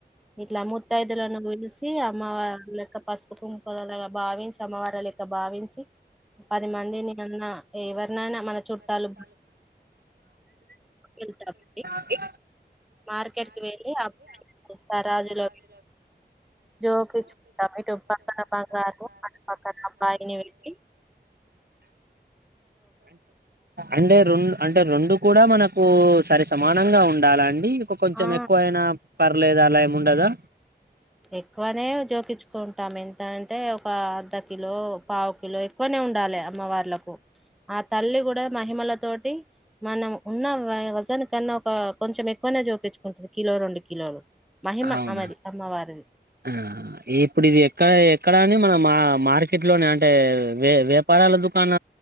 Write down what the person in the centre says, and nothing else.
ఇట్లా ముత్తాయిదులను పిలిసి అమ్మ లెక్క పసు కుంకుమలాగ భావించి అమ్మవారి లేక్క భావించి పది మంది నేనున్న ఏవ నానా మన చుట్టాలు వెతాకడ
మార్కెట్కి వెళ్ళి అబ్బాయి స రాజులో జోకిచ్చుకుంటాం ఇటు పక్కన బంగారు అటు పక్కన అబ్బాయిని పెట్టీ
ఆ
ఎక్కువనే జోకించుకుంటాం ఎంత అంటే ఒక అర్ధ కిలో పావు కిలో ఎక్కువనే ఉండాలి అమ్మవార్లకు ఆ తల్లి కూడా మహిమల తోటి మనం ఉన్న వజన్ కన్నా ఒక కొంచెం ఎక్కువనే జోకిచ్చుకుంటుంది కిలో రెండు కిలోలు మహిమ
అమేది అమ్మవారు